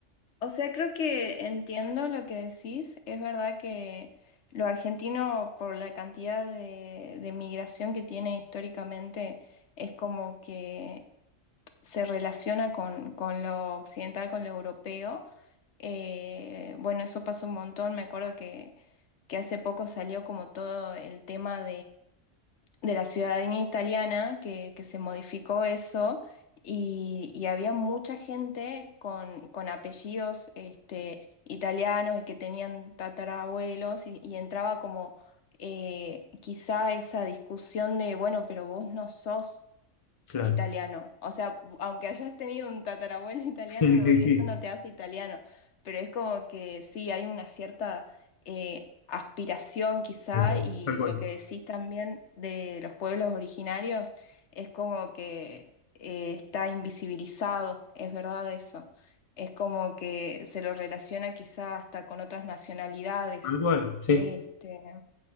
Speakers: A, on the left; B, on the left.
A: O sea, creo que entiendo lo que decís. Es verdad que lo argentino, por la cantidad de, de migración que tiene históricamente, es como que se relaciona con, con lo occidental, con lo europeo. Eh, bueno, eso pasó un montón. Me acuerdo que, que hace poco salió como todo el tema de la ciudadanía italiana que, que se modificó eso y, y había mucha gente con, con apellidos este, italianos y que tenían tatarabuelos y, y entraba como eh, quizá esa discusión de, bueno, pero vos no sos
B: claro.
A: italiano.
B: <laughs>
A: O sea, aunque hayas tenido un tatarabuelo <laughs> italiano,
B: Sí,
A: no,
B: sí,
A: eso
B: sí,
A: no te hace italiano. Pero es como que sí, hay una cierta eh, aspiración quizá
B: tal cual,
A: y
B: tal cual,
A: lo que decís también de los pueblos originarios es como que eh, está invisibilizado, es verdad eso. Es como que se lo relaciona quizá hasta con otras nacionalidades.
B: tal cual, sí.
A: Este,